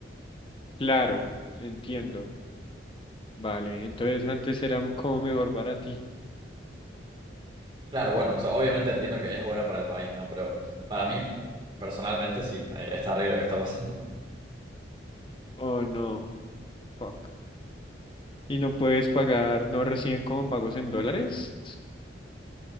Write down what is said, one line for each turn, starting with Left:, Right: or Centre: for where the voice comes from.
Left: claro, entiendo. Vale, entonces antes era como mejor para ti.
Right: Claro, bueno, o sea, obviamente entiendo que es bueno para el país, ¿no? Pero para mí, personalmente, sí, eh, está horrible lo que está pasando.
Left: Oh, no. Fuck. Y no puedes pagar, no reciben como pagos en dólares.